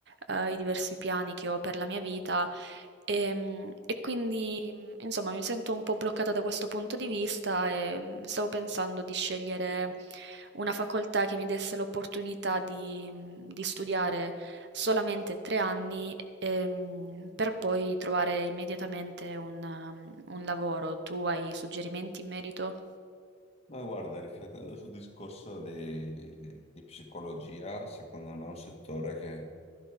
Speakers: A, on the right (about 60°); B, on the left (about 35°).
A: eh, i diversi piani che ho per la mia vita Ehm, E, quindi, mh, insomma, mi sento un po' bloccata da questo punto di vista e mh, stavo pensando di scegliere una facoltà che mi desse l'opportunità di, mh, di studiare solamente tre anni ehm, per poi trovare immediatamente un, um, un lavoro. Tu hai suggerimenti in merito?
B: Ma guarda, riflettendo sul discorso di, di psicologia, secondo me è un settore che,